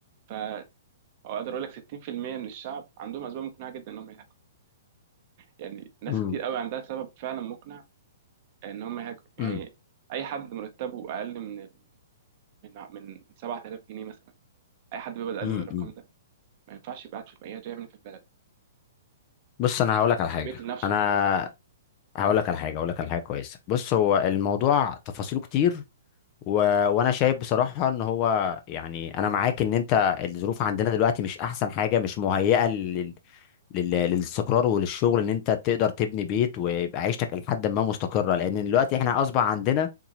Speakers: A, on the right; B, on the left.
A: ف أو أقدر أقول لك 60% من الشعب عندهم أسباب مقنعة جدا إن هم يهاجروا يعني ناس
B: مم.
A: كتير قوي عندها سبب فعلا مقنع إن هم يهاجروا يعني
B: مم.
A: أي حد مرتبه أقل من ال... من ع- من 7000 جنيه مثلا أي حد بيقبض أقل
B: مم.
A: من الرقم
B: مم.
A: ده ما ينفعش يبقى قاعد في البلد يعمل إيه في البلد
B: بص انا هقول لك على حاجه
A: وبيقتل نفسه
B: انا
A: في البلد
B: هقول لك على حاجه هقول لك على حاجه كويسه بص هو الموضوع تفاصيله كتير و... وانا شايف بصراحه ان هو يعني انا معاك ان انت الظروف عندنا دلوقتي مش احسن حاجه مش مهيئه لل... لل... للاستقرار وللشغل ان انت تقدر تبني بيت ويبقى عيشتك لحد ما مستقره لان دلوقتي احنا اصبح عندنا